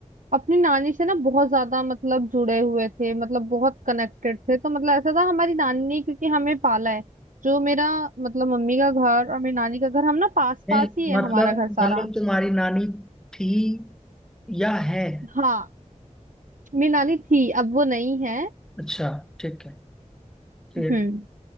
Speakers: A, on the right (about 90°); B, in the centre.
A: अपनी नानी से ना बहुत ज्यादा मतलब जुड़े हुए थे मतलब बहुत कनेक्टेड थे तो मतलब ऐसा था हमारी नानी ने क्योंकि हमें पाला है जो मेरा मतलब मम्मी का घर और मेरी नानी का घर हम ना पास
B: नहीं
A: पास ही है
B: मतलब
A: हमारा घर सारा
B: मतलब तुम्हारी नानी थी या है
A: हाँ मेरी नानी थी अब वो नहीं है
B: अच्छा ठीक है फिर
A: हम्म